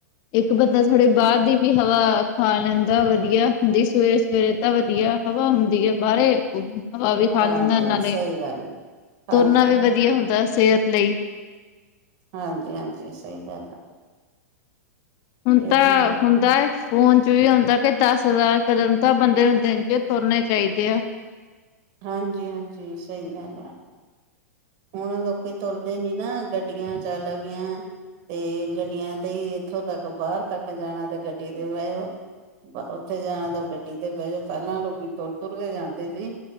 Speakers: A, on the left; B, on the right.
A: ਇੱਕ ਬੰਦਾ ਥੋੜੇ ਬਾਅਦ ਦੀ ਵੀ ਹਵਾ ਖਾ ਲੈਂਦਾ। ਤਾਂ ਵਧੀਆ ਹੁੰਦੀ, ਸਵੇਰੇ-ਸਵੇਰੇ ਤਾਂ ਵਧੀਆ ਹਵਾ ਹੁੰਦੀ ਹੈ। ਬਾਹਰੇ ਹਵਾ ਵੀ ਖਾ
B: ਹਾਂਜੀ
A: ਲੈਂਦਾ, ਨਾਲੇ
B: ਸਹੀ ਗੱਲ,
A: ਤੁਰਨਾ
B: ਹਾਂਜੀ,
A: ਵੀ
B: ਹਾਂਜੀ,
A: ਵਧੀਆ ਹੁੰਦਾ ਸਿਹਤ ਲਈ।
B: ਹਾਂਜੀ-ਹਾਂਜੀ। ਸਹੀ ਗੱਲ ਆ
A: ਹੁਣ
B: ਇਹ
A: ਤਾਂ
B: ਹੈ,
A: ਹੁੰਦਾ ਐ। ਫੋਨ ਚ ਵੀ ਆਉਂਦਾ, ਕਿ ਦਸ ਹਜ਼ਾਰ ਕਦਮ ਤਾਂ ਬੰਦੇ ਨੂੰ ਦਿਨ ਚ ਤੁਰਨੇ ਚਾਹੀਦੇ ਆ।
B: ਹਾਂਜੀ-ਹਾਂਜੀ। ਸਹੀ ਗੱਲ ਆ। ਹੁਣ ਲੋਕੀ ਤੁਰਦੇ ਨੀ ਨਾਗੱਡੀਆਂ ਚੱਲ ਗੀਆਂ। ਤੇ ਗੱਡੀਆਂ ਤੇ ਹੀ ਇੱਥੋਂ ਤੱਕ ਬਾਹਰ ਤੱਕ ਜਾਣਾ ਤੇ ਗੱਡੀ ਤੇ ਬਹਿਓ। ਉੱਥੇ ਜਾਣਾ ਤਾਂ ਗੱਡੀ ਤੇ ਬਹਿ ਜੋ, ਪਹਿਲਾਂ ਲੋਕੀ ਤੁਰ-ਤੁਰ ਕੇ ਜਾਂਦੇ ਸੀ।